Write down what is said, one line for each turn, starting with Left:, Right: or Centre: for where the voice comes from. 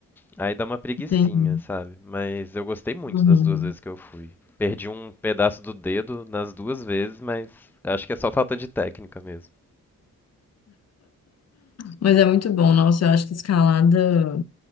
Centre: Aí dá uma preguicinha,
Left: entendi.
Centre: sabe? Mas eu gostei muito
Left: Uhum.
Centre: das duas vezes que eu fui. Perdi um pedaço do dedo nas duas vezes, mas acho que é só falta de técnica mesmo.
Left: Mas é muito bom, nossa, eu acho que escalada.